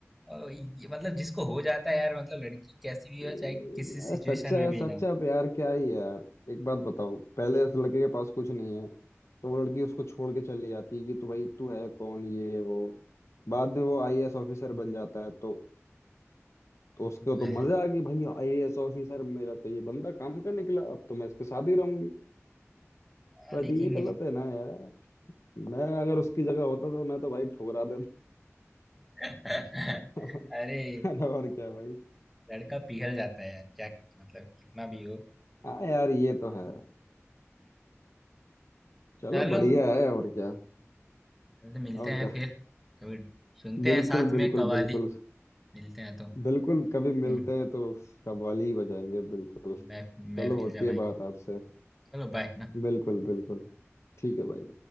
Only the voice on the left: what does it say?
यार
सच्चा
सच्चा
प्यार क्या ही है यार एक बात बताओ पहले उस लड़के के पास कुछ नहीं है तो वो लड़की उसको छोड़ के चली जाती है कि तू भाई तू है कौन ये है, वो बाद में वो आईएएस ऑफिसर बन जाता है तो तो उसको
तो
मजा आ गई भाई आईएएस ऑफिसर मेरा तो ये बंदा काम का निकला अब तो मैं इसके साथ ही रहूंगी
बट
ये गलत है ना यार मैं अगर उसकी जगह होता तो मैं तो भाई ठुकरा
देता
<laughs> अरे और क्या भाई
हाँ यार ये तो है चलो
बढ़िया है और क्या
और
क्या
बिल्कुल
बिल्कुल
बिल्कुल
बिल्कुल
कभी मिलते हैं तो कव्वाली ही बजाएंगे बिल्कुल
चलो होती
है बात आपसे
बिल्कुल बिल्कुल ठीक है भाई